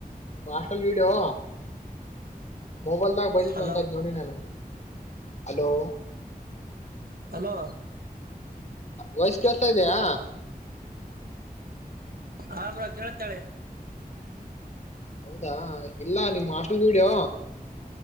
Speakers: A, on the left; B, on the right.
A: ನಿಮ್ಮ್ ಹಾಸ್ಟಲ್ ವಿ. ವಿಡಿಯೋ. ಮೊಬೈಲ್ದಾಗ ಬಂದಿತ್ತು
B: ಹಲೋ
A: ಒಂದಸಾತಿ ನೋಡಿ ನಾನು. ಹಲೋ.
B: ಹಲೋ
A: ವಯಸ್ ಕೆಸ ತ ಇದೆಯಾ
B: <inaudible> ಹಬ್ರ ಕೇಳ್ತಾಳ
A: ಹೌದಾ ಇಲ್ಲ ನಿಮ್ಮ ಅಸ್ಲ್ ವೀಡಿಯೋ